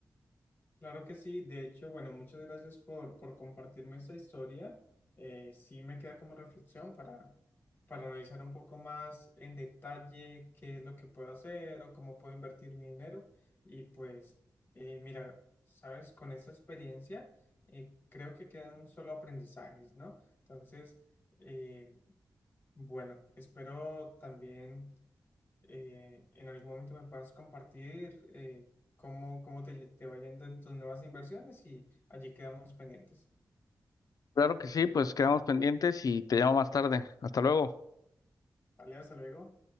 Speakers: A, on the left; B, on the left.
A: Claro que sí, de hecho, bueno, muchas gracias por, por compartirme esta historia. Eh, sí me queda como reflexión para, para analizar un poco más en detalle qué es lo que puedo hacer o cómo puedo invertir mi dinero. Y pues, eh, mira, sabes, con esta experiencia eh, creo que quedan solo aprendizajes, ¿no? Entonces, eh, bueno, espero también eh, en algún momento me puedas compartir eh, cómo, cómo te, te va yendo en tus nuevas inversiones y allí quedamos pendientes.
B: Claro que sí, pues quedamos pendientes y te llamo más tarde. Hasta luego.
A: Vale, hasta luego.